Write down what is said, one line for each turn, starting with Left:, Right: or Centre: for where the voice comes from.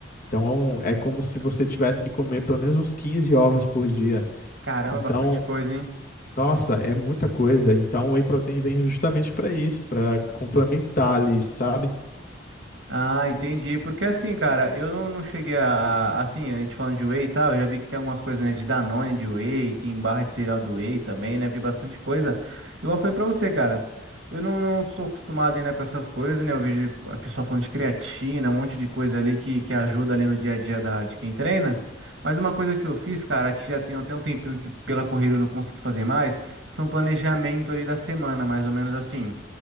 Left: Então, é um, é como se você tivesse que comer pelo menos uns 15 ovos por dia.
Right: Caramba,
Left: Então,
Right: é bastante coisa, hein?
Left: nossa, é muita coisa. Então, o whey protein vem justamente para isso, para complementar ali, sabe?
Right: Ah, entendi. Porque assim, cara, eu não, não cheguei a, a- Assim, a gente falando de whey e tal, eu já vi que tem algumas coisas, né? De Danone, de whey, tem barra de cereal do whey também, né? Vi bastante coisa. Igual eu falei pra você, cara. Eu não, não sou acostumado ainda com essas coisas, né? Eu vejo a pessoa falando de creatina, um monte de coisa ali que, que ajuda ali no dia a dia da, de quem treina. Mas uma coisa que eu fiz, cara, que já tem até um tempinho que pela corrida eu não consegui fazer mais, foi um planejamento ali da semana, mais ou menos assim